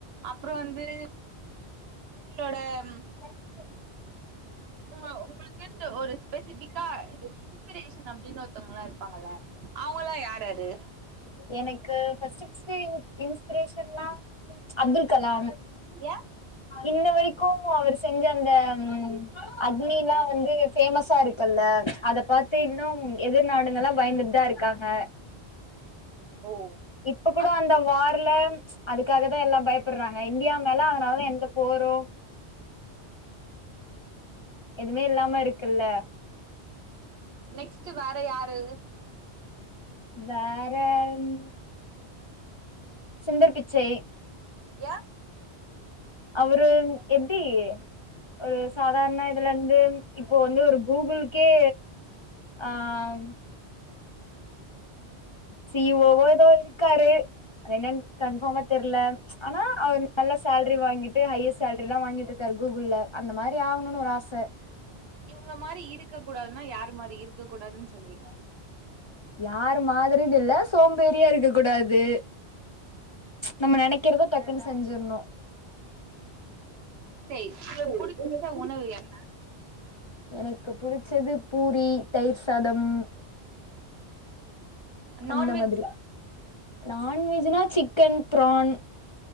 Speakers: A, on the right; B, on the left.
A: அப்றோ வந்து உங்களோட ம்
B: <inaudible>
A: உங்க உங்களுக்கின்டு ஒரு ஸ்பெசிஃபிக்கா இன்ஸ்பிரேஷன் அப்டினு ஒருத்தொங்லா இருப்பாங்களே அவுங்கல்லா யார்யாரு
B: எனக்கு ஃபஸ்ட்டு ஃபஸ்ட்டு இன் இன்ஸ்பிரேஷன்னா அப்துல் கலாம்
A: ஏ
B: இன்ன வெரிக்கு அவரு செஞ்ச அந்த ம் அஃக்னில்லா வந்து ஃபேமஸா இருக்குல்ல அத பாத்து இன்னும் எதிர் நாடுங்கல்லா பயந்துந் தாங்க
A: ஓ
B: இப்ப கூட
A: அப்
B: அந்த வார்ல அதுக்காகதா எல்லா பயப்புற்றாங்க இந்தியா மேல அதனாலதா எந்த போரோ எதுமே இல்லாம இருக்குல்ல
A: நெக்ஸ்ட்டே வேற யாரு
B: வேற ம் சுந்தர் பிச்சை
A: ஏ
B: அவரு எப்டி ஒரு சாதார்ண இதுல இந்து இப்போ வந்து ஒரு கூகுள்கே ஆ ம் சிஇஓஓ எதோ இருக்காரு அது என்னன் கன்ஃபாமா தெர்ல ஆனா அவ்ர் நல்ல சேல்ரி வாங்கிட்டு ஹையர் சேல்ரில்லா வாங்கிட்ருக்காரு கூகுள்ள அந்த மாரி ஆவ்ணுனு ஒரு ஆச
A: இவுங்ள மாரி இருக்க கூடாதுன்னா யாரு மாரி இருக்க கூடாதுன் சொல்லுவீங்க
B: யாரு மாதரினில்ல சோம்பேறியா இருக்க கூடாது நம்ம நெனைக்க றத டக்குன் செஞ்சிற்ணு
A: சே உங்களுக்கு புடிச்ச உணவு என்ன
B: எனக்கு புடிச்சது பூரி தயிர் சாதம்
A: நான்வெஜ்
B: அந்த மாத்ரி நான்வெஜ்ஜினா சிக்கன் ப்ரான்